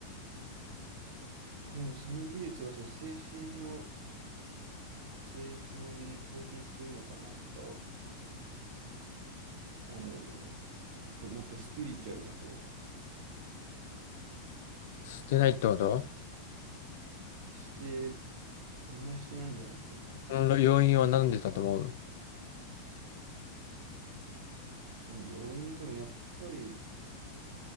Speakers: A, on the right; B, on the left.
A: でもその技術がそういう精神の成長に貢献してるのかなとか思うよね。でもっとスピリチュアルな方、
B: 捨てないってこと
A: して、あんましてないんじゃないと思うよね。
B: その要因は何でだと思う
A: その要因でもやっぱり、